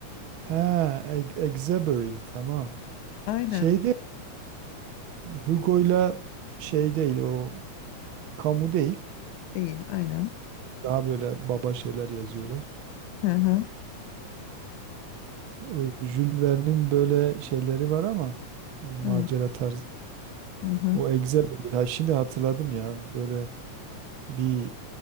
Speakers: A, on the right; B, on the left.
A: Ha, Eg- Exebury tamam.
B: Aynen
A: Şeyde e, Hugo'yla şey değil o Camus değil.
B: değil, aynen.
A: Daha böyle baba şeyler yazıyorlar.
B: Hı hı,
A: O Jules Verne'in böyle şeyleri var ama e, macera
B: hı
A: tarzı.
B: hı.
A: O Excel böyle. Ha, şimdi hatırladım ya. Böyle bir